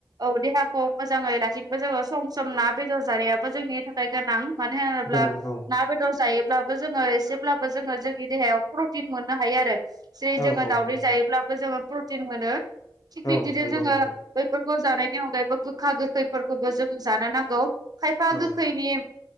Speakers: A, on the right (about 50°); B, on the left (about 50°).
A: औ देहा खौ मोजाङै लाखिनोबो जोङो सम सम ना बेदर जानायाबो जोंनि थाख <unintelligible> गोनां मानो होनोब्ला
B: गोनां औ
A: ना बेदर जायोब्लाब बो जोङो एसेब्लाबो जोङो जोंनि देहायाव प्रटिन मोननो हायो आरो जेरै
B: औ
A: जोङो
B: औ
A: दावदै
B: औ
A: जायोब्लाबो जोङो प्रटिन मोनो थिग बिदिनो
B: औ नंगौ
A: जोङो
B: नोंथां
A: बैफोरखौ जानायनि अनगायैबो गोखा गोखैफोरखौबो जों जानो नांगौ। खायफा
B: औ
A: गैखैनिब